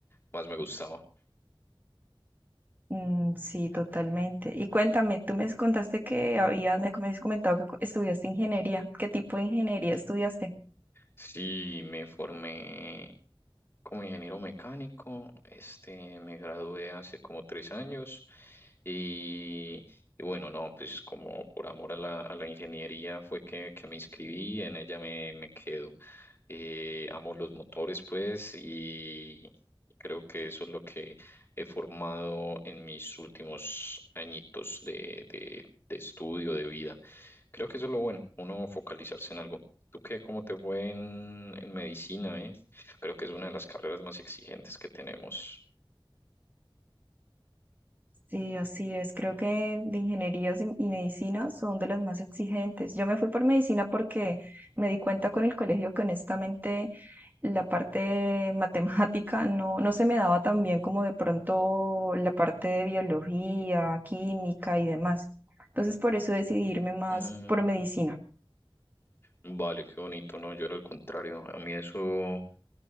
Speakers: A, on the left; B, on the right.
A: más me gustaba.
B: Mm, sí, totalmente. Y cuéntame, tú me contaste que habías, me habías comentado que co- estudiaste ingeniería. ¿Qué tipo de ingeniería estudiaste?
A: Sí, me formé como ingeniero mecánico, este, me gradué hace como tres años y, y bueno, no, pues como por amor a la, a la ingeniería fue que, que me inscribí, en ella me, me quedo. Eh, amo los motores, pues, y creo que eso es lo que he formado en mis últimos añitos de, de de estudio, de vida. Creo que eso es lo bueno, uno focalizarse en algo. ¿Tú qué? ¿Cómo te fue en, en medicina, eh? Creo que es una de las carreras más exigentes que tenemos.
B: Sí, así es. Creo que de ingenierías y y medicina son de las más exigentes. Yo me fui por medicina porque me di cuenta con el colegio que honestamente la parte <laughs> matemática no, no se me daba tan bien como de pronto la parte de biología, química y demás. Entonces por eso decidí irme más
A: Mm,
B: por medicina.
A: vale, qué bonito, ¿no? Yo era al contrario. A mí eso